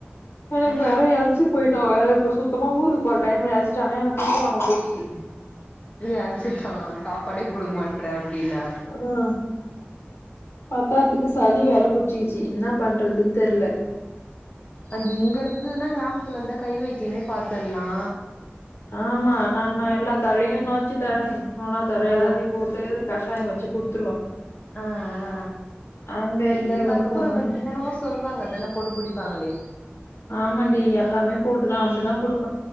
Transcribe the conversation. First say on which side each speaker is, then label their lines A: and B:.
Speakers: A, on the left; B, on the left.
A: எனக்கு
B: ஆ
A: வேற எழுச்சு போயிட் வேற இப்ப சுத்தமா ஊருக்கு போற டைம்ல நச்சா ஆனா எனக்கு தீச வாங்க பொச்சி
B: அயச்சுட்ட சாப்பாடே குடுக்க மாட்டற அப்படின்னா
A: ம் பத்தாதுக்கு சளி வேற புடிச்சிச்சு என்ன பண்றதுன் தெரில
B: அந்த இங்க இருந்துன்னா கிராமத்துலருந்தா கை வைத்தியமே பாத்துரலா
A: ஆமா நா எல்லா தழையு நோச்சு தரே ஒனா தர
B: ஆ
A: எல்லாத்தையு போட்டு கஷாய வச்சு குடுத்
B: ஆ ஆ
A: அங்க
B: இந்த
A: இங்க
B: கற்பூர
A: வந்து ஒண்ணுமே
B: வல்லி என்னன்னமோ சொல்லுவாங்கல போட்டு குடிப்பாங்களே
A: ஆமாண்டி எல்லாமே போட்டுதா அப்படிதா குடுக்